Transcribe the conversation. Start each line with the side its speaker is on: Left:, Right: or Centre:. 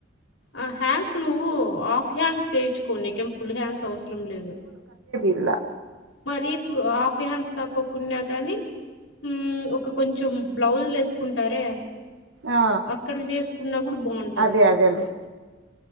Left: ఆ హ్యాండ్స్ నువ్వు హాఫ్ హ్యాండ్స్ చేయించుకో నీకేం ఫుల్ హ్యాండ్స్ అవసరం లేదు
Right: ఇలా
Left: మరి ఆఫ్ హన్స్ కాక్కకుడా గాని మ్మ్ ఒక కొంచెం బ్లౌజ్లు వేసుకుంటారే
Right: ఆ
Left: అక్కడికి చేసుకున్నా కూడా బాగుంటది
Right: అదే అదేలే